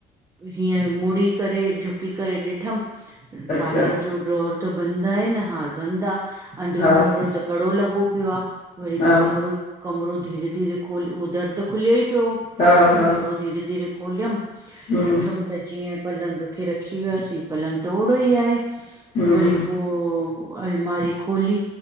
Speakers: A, on the right; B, on the left.
A: हीअ मूड़ी करे, झुकी करे ॾिठम।
B: अच्छा
A: पार्लर जो डॉर त बंदि आहे न, हा बंदि आ, अंदरो
B: हा
A: कमरो त कॾो लॻो पियो आ, वरी
B: हा
A: पोइ कमिरो कमिरो धीरे-धीरे खोल उह दर त खुलियो ई पियो।
B: हा
A: क
B: हा
A: कॾो धीरे-धीरे खोलियमि,
B: हम्म
A: ॾिठम त जीअं पलंग खे रखी वयासीं, पलंग त ओड़ो ई आहे।
B: हम्म
A: वरी पोइ अलमारी खोली,